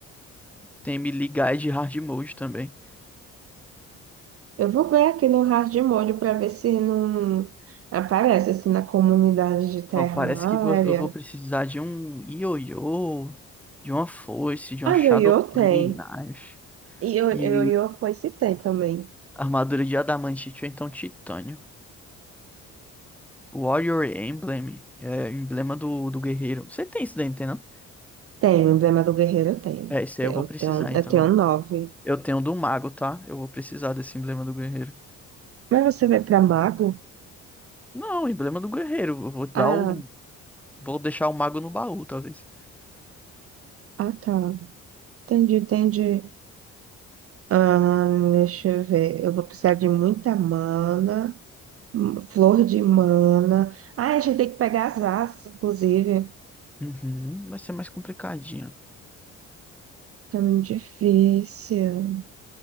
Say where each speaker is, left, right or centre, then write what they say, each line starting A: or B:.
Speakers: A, in the centre; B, on the right.
A: Tem melee guide e hard mode também.
B: Eu vou ver aqui no Hard Mode pra ver se não aparece, assim, na comunidade de Terraria.
A: Ó, parece que vo- eu vou precisar de um ioiô, de uma foice, de
B: Ah,
A: uma Shadow
B: Yoyo
A: Flame
B: tem.
A: Knife.
B: E Yo-
A: E
B: Yoyo foi se tem também.
A: armadura de adamantite ou então titânio. Warrior Emblem. É emblema do, do guerreiro. Você tem isso daí, não tem não?
B: Tenho, emblema do guerreiro eu tenho.
A: É, isso
B: Eu
A: aí eu vou precisar,
B: tenho,
A: então.
B: eu tenho
A: Eu
B: nove.
A: eu tenho do mago, tá? Eu vou precisar desse emblema do guerreiro.
B: Mas você vai pra mago?
A: Não, emblema do guerreiro. Eu vou dar
B: Ah,
A: o. Vou deixar o mago no baú, talvez.
B: ah, tá. Entendi, entendi. Ah, deixa eu ver. Eu vou precisar de muita mana, hum, flor de mana. Ah, a gente tem que pegar as asas, inclusive.
A: Uhum, vai ser mais complicadinho.
B: Tá muito difícil.